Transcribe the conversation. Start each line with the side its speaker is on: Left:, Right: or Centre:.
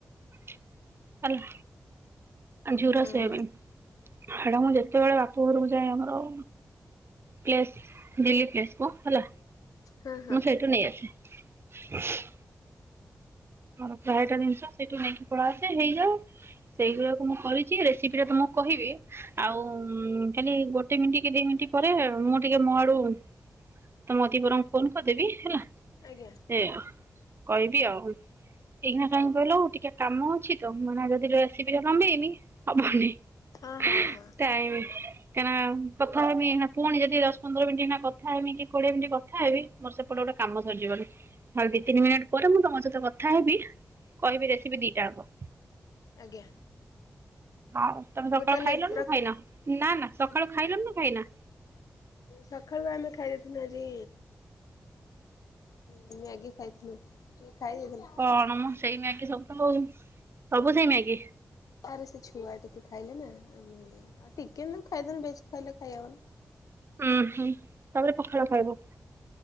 Right: <unintelligible> ହେଲା। ଝୁରା
Left: ହଁ
Right: ସୋୟବନି ହେଇଟା ମୁଁ ଯେତେବେଳେ ବାପଘରକୁ ଯାଏ ଆମର ପ୍ଲେସ୍ ଦିଲ୍ଲୀ ପ୍ଲେସ୍ କ ହେଲା।
Left: ହଁ ହଁ
Right: ମୁଁ ସେଇଠୁ ନେଇ ଆସେ <unintelligible> ମୋର ପ୍ରାୟଟା ଜିନିଷ ସେଇଠୁ ନେଇକି ପଳାଇ ଆସେ ହେଇଯାଏ। ସେଇଗୁରାକୁ ମୁଁ କରିଚି ରେସିପିଟା ତମକୁ କହିବି। ଆଉ ଖାଲି ଗୋଟେମିନିଟ୍ କି ଦିମିନିଟ୍ ପରେ ମୁଁ ଟିକେ ମୋ ଆଡୁ ତୁମ କତିକି ବରଂ ଫୋନ କରିଦେବି ହେଲା।
Left: ଆଜ୍ଞା।
Right: ସେ କହିବି ଆଉ ଏଇିନା କାହିଁ କହିଲ ଟିକେ କାମ ଅଛି ତ ମାନେ ଯଦି ରେସିପିଟା ଲମ୍ବେଇବି ହବନି।
Left: ହଁ
Right: <unintelligible>
Left: ହଁ ହଁ
Right: ଟାଇମ୍ କେନା କଥା ହେବି ଏଇନା ପୁଣି ଯଦି ଦଶ ପନ୍ଦର ମିନିଟ୍ କଥା ହେବି କି କୋଡିଏ ମିନିଟ୍ କଥା ହେବି ମୋର ସେପଟେ ଗୋଟେ କାମ ସରିଯିବଣି ଦି ତିନି ମିନିଟ୍ ପରେ ମୁଁ ତମ ସହିତ କଥା କଥା ହେବି କହିବି ରେସିପି ଦିଟା ଯାକ।
Left: ଆଜ୍ଞା।
Right: <unintelligible> ହଉ ତମେ ସକାଳୁ
Left: ତାହେଲେ
Right: ଖାଇଲନ
Left: ରଖ।
Right: ଖାଇନ ନା ନା ସକାଳୁ ଖାଇଲନ ନା ଖାଇନା?
Left: ସଖାଳୁ ଆମେ ଖାଇ ଦେଇଥିଲୁ ଆଜି ଉ ମ୍ୟାଗି ଖାଇଥିଲୁ ଟିକେ ଖାଇ ଦେଇଥିଲୁ।
Right: କଣ ମ ସେଇ ମ୍ୟାଗି କି ସବୁ ତ ହଉ ସବୁ ସେଇ ମ୍ୟାଗି
Left: ଆରେ ସେ ଛୁଆ ଟିକେ ଖାଇଲେ ନା ଆମେ ଆଉ ଟିକେ ନ ଖାଇଦେଲେ ବେଶି ଖାଇଲେ ଖାଇହବନି।
Right: ଉ ହୁଁ ତାପରେ ପଖାଳ ଖାଇବ।